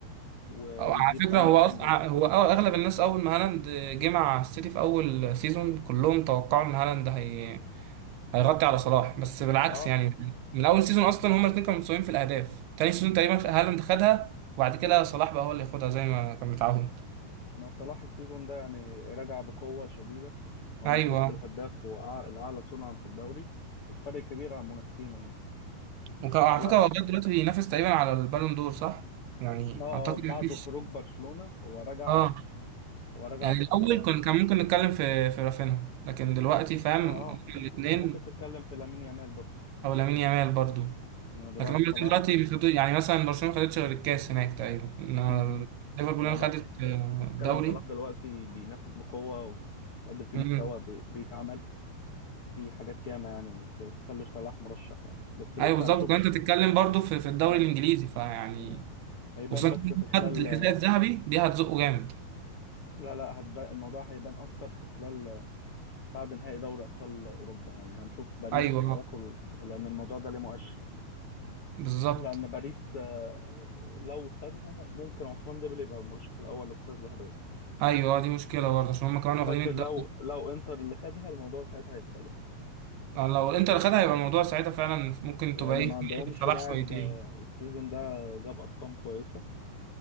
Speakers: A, on the left (about 55°); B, on the right (about 85°).
A: و-
B: أو
A: ويجيب
B: على فكره
A: 28
B: هو أصلا
A: جول
B: هو أو- اغلب الناس اول ما هالاند جه مع السيتي في اول سيزون كلهم توقعوا ان هالاند هي... هيغطي على صلاح بس بالعكس
A: اه
B: يعني من اول سيزون اصلا هما الاثنين كانوا متساويين في الاهداف تاني سيزون تقريبا هالاند خدها وبعد كده صلاح بقى هو اللي ياخدها زي ما كان متعاهد
A: ما صلاح السيزون ده يعني راجع بقوه شديده هو
B: ايوه
A: مش بس الهداف هو أع- الاعلى صنعا في الدوري وبفرق كبير عن منافسينه يعني
B: وكان على
A: فلا
B: فكره هو لغايه دلوقتي بينافس تقريبا على البالون دور صح يعني
A: لا اه
B: اعتقد
A: بعد
B: مفيش
A: خروج برشلونه هو راجع
B: اه
A: هو راجع
B: يعني
A: بقوه
B: الأول
A: يعني
B: كن- كان ممكن نتكلم في في رافينها لكن دلوقتي فاهم
A: اه
B: هما
A: اه
B: الاتنين
A: كان ممكن تتكلم في لامين يامال برضه
B: أو لامين يامال برضو
A: إنه دلوقتي
B: لكن هما الاتنين
A: صلاح
B: دلوقتي بيخدوا- يعني مثلا برشلونة ما خدتش غير الكاس هناك تقريبا إنما
A: م- م.
B: ليفربول
A: لا
B: أنا
A: لا
B: خدت آه،
A: انت بتتكلم
B: الدوري
A: صلاح دلوقتي بينافس بقوه وقدم فيه
B: مم.
A: مستوى بي- بيتعمل في حاجات ياما يعني ت- تخلي صلاح مرشح يعني بس لسه
B: أيوه بالظبط
A: هنشوف
B: كنت بتتكلم برضو في في الدوري
A: مم.
B: الإنجليزي فيعني
A: مم. هيبان
B: وخصوصا
A: بس
B: كمان
A: في
B: خد
A: خلال
B: الحذاء الذهبي دي هتزقه جامد
A: لا لا هتبقى الموضوع هيبان اكتر في خلال بعد نهائي دوري ابطال اوروبا يعني هنشوف باريس
B: أيوه
A: هياخد
B: آه،
A: لان الموضوع ده ليه مؤشر
B: بالظبط
A: لان باريس آه، لو خدها ممكن عثمان ديمبلي يبقى المرشح الاول للكره الذهبيه
B: أيوه آه، دي مشكلة برضه عشان هما كمان واخدين
A: لكن
B: الدوري
A: لو لو انتر اللي خدها الموضوع ساعتها هيختلف
B: آه، لو الإنتر خدها يبقى الموضوع ساعتها فعلا ممكن
A: لان
B: تبقى إيه
A: ما عندهمش
B: صلاح
A: لاعب
B: شويتين
A: آه، السيزون ده جاب ارقام كويسه